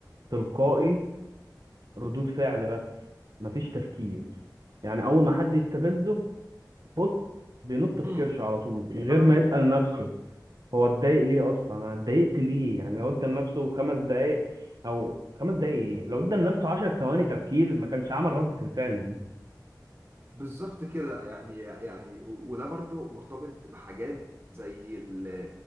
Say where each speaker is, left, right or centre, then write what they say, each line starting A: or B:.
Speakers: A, on the right; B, on the right.
A: تلقائي ردود فعل بس مفيش تفكير يعني أول ما حد يستفزه بص بينط في
B: هم
A: كرشه على طول من غير
B: على
A: ما
B: طول
A: يسأل نفسه هو اتضايق ليه أصلا أنا اتضايقت ليه يعني لو ادى لنفسه خمس دقايق أو خمس دقايق إيه؟ لو ادى لنفسه عشر ثواني تفكير ما كانش عمل ردة الفعل
B: بالظبط كده يعني يعني و- وده برضو مرتبط بحاجات زي ال